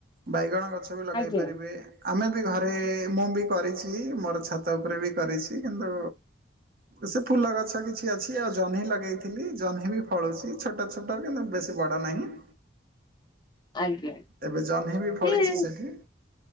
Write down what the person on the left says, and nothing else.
ଆଜ୍ଞା।
ଆଜ୍ଞା। ଆଜ୍ଞା
ସେ